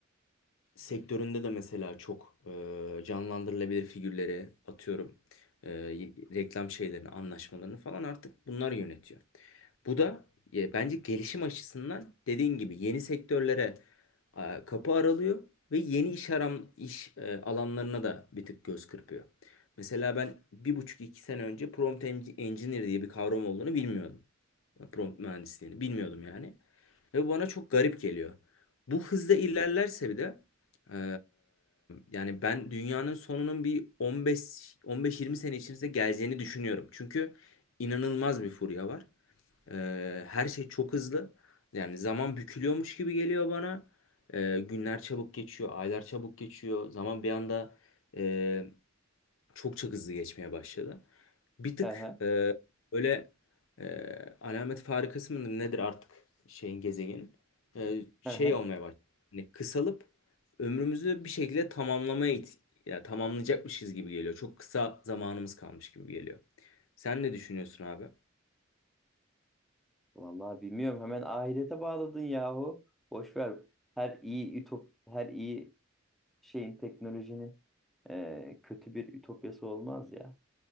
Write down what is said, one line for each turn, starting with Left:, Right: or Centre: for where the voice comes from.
Left: sektöründe de mesela çok e, canlandırılabilir figürleri atıyorum e, y- reklam şeylerini, anlaşmalarını falan artık bunlar yönetiyor. Bu da e, bence gelişim açısından dediğin gibi yeni sektörlere e, kapı aralıyor ve yeni iş aram iş e, alanlarına da bir tık göz kırpıyor. Mesela ben bir buçuk iki sene önce prompt en- engineer diye bir kavram olduğunu bilmiyordum prompt mühendisliğini bilmiyordum yani. Ve bu bana çok garip geliyor. Bu hızda ilerlerse bir de eee, yani ben dünyanın sonunun bir 15 15-20 sene içerisinde geleceğini düşünüyorum. Çünkü inanılmaz bir furya var. Eee, her şey çok hızlı. Yani zaman bükülüyormuş gibi geliyor bana. Eee, günler çabuk geçiyor, aylar çabuk geçiyor. Zaman bir anda eee, çok çok hızlı geçmeye başladı. Bir tık
Centre: hı hı,
Left: e, böyle e, alamet farikası mıdır nedir artık şeyin gezegenin E, şey
Centre: hı hı.
Left: olmaya başladı. Hani kısalıp ömrümüzü bir şekilde tamamlamaya it- ya tamamlayacakmışız gibi geliyor. Çok kısa zamanımız kalmış gibi geliyor. Sen ne düşünüyorsun abi?
Centre: Vallahi bilmiyorum. Hemen ahirete bağladın yahu. Boş ver. Her iyi ütop, her iyi şeyin teknolojinin e, kötü bir ütopyası olmaz ya.